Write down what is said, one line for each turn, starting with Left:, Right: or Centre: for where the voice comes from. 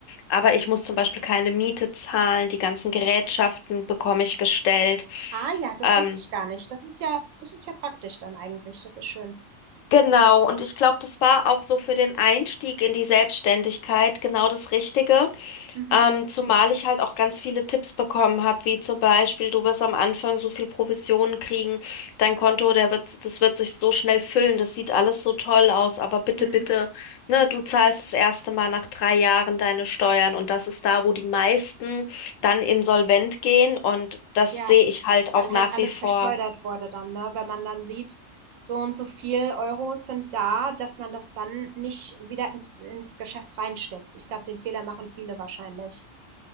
Left: Aber ich muss zum Beispiel keine Miete zahlen, die ganzen Gerätschaften bekomme ich gestellt.
Right: Ah ja, das
Left: Ähm,
Right: wusste ich gar nicht. Das ist ja das ist ja praktisch dann eigentlich. Das ist schön.
Left: genau, und ich glaube, das war auch so für den Einstieg in die Selbstständigkeit genau das Richtige.
Right: Mhm.
Left: Ähm, zumal ich halt auch ganz viele Tipps bekommen habe, wie zum Beispiel, du wirst am Anfang so viel Provisionen kriegen, dein Konto, der wird, das wird sich so schnell füllen, das sieht alles so toll aus, aber bitte,
Right: Mhm.
Left: bitte, ne, du zahlst das erste Mal nach drei Jahren deine Steuern und das ist da, wo die meisten dann insolvent gehen und das
Right: Ja,
Left: sehe ich halt
Right: weil
Left: auch nach
Right: halt alles
Left: wie vor.
Right: verschleudert wurde dann, ne? Wenn man dann sieht, so und so viel Euros sind da, dass man das dann nicht wieder ins ins Geschäft reinsteckt. Ich glaube, den Fehler machen viele wahrscheinlich.